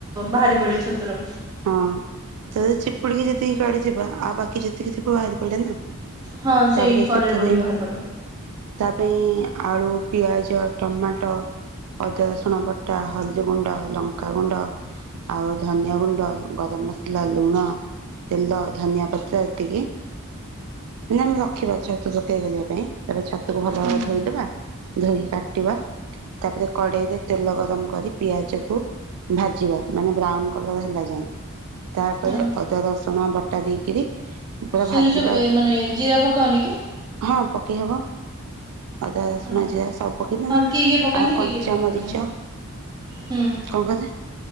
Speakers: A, on the right; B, on the right.
A: ବାହାରି ପଡେ଼ ଛତୁର।
B: ହଁ ତ ଚିପୁଡି଼କି ଯେତିକି କାଢି଼ଥିବା ଆଉ ବାକି ଯେତିକି ଥିବ ବାହାରି ପଡେ଼ ନା।
A: ହଁ
B: ତାପରେ
A: ସେଇ କରେଇରେ
B: ସେଥିରେ
A: ପକେଇଲେ ବାହାରି ପଡି଼ବ।
B: ତା ପାଇଁ ଆଳୁ, ପିଆଜ, ଟମାଟ ଅଦା ରସୁଣବଟା, ହଳଦୀଗୁଣ୍ଡ, ଲଙ୍କାଗୁଣ୍ଡ ଆଉ ଧନିଆଗୁଣ୍ଡ ଗରମ ମସଲା, ଲୁଣ, ତେଲ, ଧନିଆପତ୍ର ଏତିକି ମାନେ ଆମେ ରଖିବା ଛତୁ ତରକାରୀ କରିବା ପାଇଁ ତାପରେ ଛତୁକୁ ଭଲ ଭାବରେ
A: ହୁଁ
B: ଧୋଇଦବା। ଧୋଇକି କାଟିବା ତାପରେ କଡେ଼ଇରେ ତେଲ ଗରମ କରି ପିଆଜକୁ ଭାଜିବା ମାନେ ବ୍ରାଉନ କଲର ହେଲା ଯାଏଁ। ତାପରେ
A: ହଁ
B: ଅଦାରସୁଣ ବଟା ଦେଇକିରି ପୁରା
A: ସୋରିଷ
B: ଭାଜିବା
A: ଏ ମାନେ ଜିରା ପକାଅନି କି?
B: ହଁ ପକେଇହବ। ଅଦା, ରସୁଣ,
A: ହଁ
B: ଜିରା ସବୁ ପକେଇ ମାନେ
A: ହଁ କିଏ କିଏ ପକାନ୍ତି
B: ଆଉ କଞ୍ଚାମରିଚ
A: କିଏ କିଏ ପକାନ୍ତିନି ହୁଁ
B: କଣ କହିଲେ।